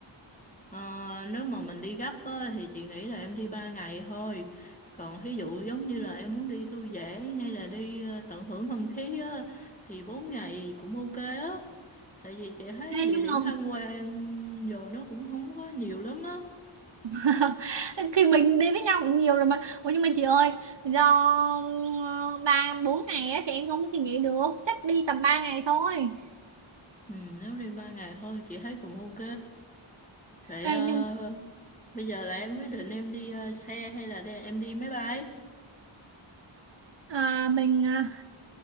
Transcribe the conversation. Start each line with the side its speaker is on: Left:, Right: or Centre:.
Left: Ờ, nếu mà mình đi gấp á, thì chị nghĩ là em đi 3 ngày thôi. Còn ví dụ giống như là em muốn đi thư giãn hay là đi ờ, tận hưởng không khí á, thì 4 ngày cũng ok á. Tại vì chị thấy
Right: Ê,
Left: địa
Right: nhưng
Left: điểm
Right: mà
Left: tham quan giờ nó cũng không có nhiều lắm á.
Right: <laughs> thì mình đi với nhau cũng nhiều rồi mà Ủa nhưng mà chị ơi do ờ, ba bốn ngày á, thì em không suy nghĩ được chắc đi tầm 3 ngày thôi
Left: Ừ, nếu đi 3 ngày thôi chị thấy cũng ok. Vậy
Right: Ê,
Left: ờ,
Right: nhưng
Left: bây giờ là em quyết định em đi ờ, xe hay là đây em đi máy bay?
Right: à, mình à,